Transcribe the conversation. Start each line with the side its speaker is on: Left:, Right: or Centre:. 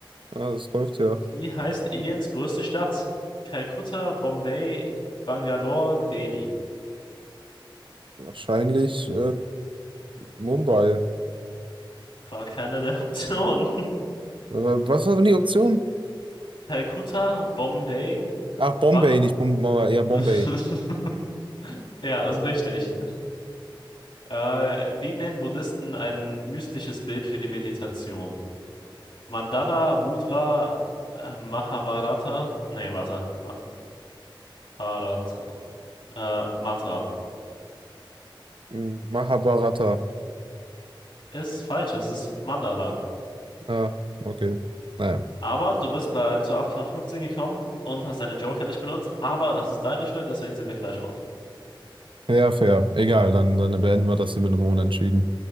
Right: Ja, das läuft ja.
Left: Und Wie heißt Indiens größte Stadt? Kalkutta, Bombay, Bangalore, Delhi.
Right: Wahrscheinlich äh, Mumbai. Äh,
Left: War keine der Optionen.
Right: Was war denn die Option?
Left: <laughs> Kalkutta, Bombay,
Right: Ach, Bombay,
Left: Bang.
Right: nicht Bombay. Ja, Bombay.
Left: <laughs> Ja, ist richtig. Äh, wie nennen Buddhisten ein mystisches Bild für die Meditation? Mandala, Mudra, äh, Mahabharata. Nee, warte. Ma Mahabharata. Äh, Mantra.
Right: Hm, Mahabharata.
Left: Ist falsch, es ist Mandala.
Right: Ja, okay. Naja.
Left: Aber du bist bei, zu 8 von 15 gekommen und hast deine Joker nicht benutzt. Aber das ist deine Schuld, deswegen sind wir gleich auf.
Right: Fair, fair. Egal, dann, dann beenden wir das hier mit einem Unentschieden.